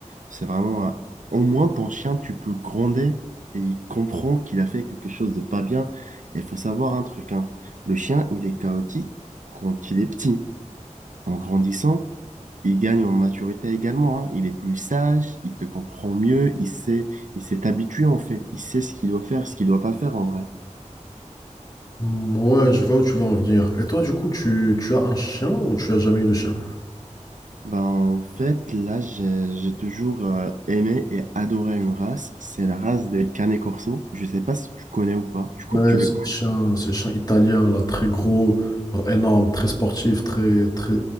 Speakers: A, on the right; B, on the left.
A: c'est vraiment. euh, au moins, ton chien, tu peux gronder et il comprend qu'il a fait quelque chose de pas bien. Et il faut savoir un truc, hein, le chien, il est chaotique quand il est petit. En grandissant, il gagne en maturité également, hein. Il est plus sage, il te comprend mieux, il sait, il s'est habitué en fait, il sait ce qu'il doit faire, ce qu'il doit pas faire en vrai.
B: Ouais, je vois où tu veux en venir. Et toi, du coup, tu, tu as un chien ou tu as jamais eu de chien?
A: Ben, en fait, là, j'ai j'ai toujours euh, aimé et adoré une race, c'est la race des Canet Corso. Je sais pas si tu connais ou pas, tu, co-
B: Ouais,
A: tu les
B: c'est un chien, c'est un chien italien, là, très gros, alors énorme, très sportif, très, très...